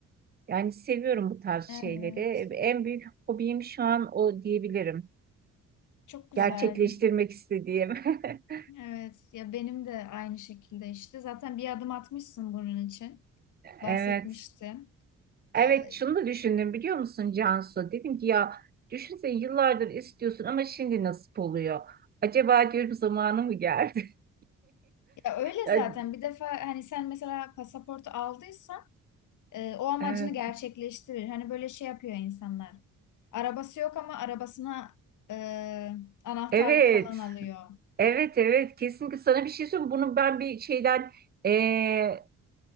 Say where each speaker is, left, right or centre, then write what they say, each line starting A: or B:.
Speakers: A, on the right; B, on the left.
A: Yani seviyorum bu tarz
B: Evet.
A: şeyleri. E, En büyük hobim şu an o diyebilirim
B: Çok güzel.
A: gerçekleştirmek istediğim. <laughs>
B: Evet ya benim de aynı şekilde işte zaten bir adım atmışsın bunun için bahsetmiştin.
A: Evet.
B: Ee,
A: Evet şunu da düşündüm biliyor musun Cansu? Dedim ki ya düşünsene yıllardır istiyorsun ama şimdi nasip oluyor. Acaba diyorum zamanı mı geldi? <laughs>
B: ya öyle
A: Yani,
B: zaten bir defa hani sen mesela pasaportu aldıysan e, o amacını
A: Evet.
B: gerçekleştirir. Hani böyle şey yapıyor insanlar. Arabası yok ama arabasına e, anahtarlık
A: Evet.
B: falan alıyor.
A: Evet evet kesinlikle sana bir şey söyleyeyim. Bunu ben bir şeyden eee,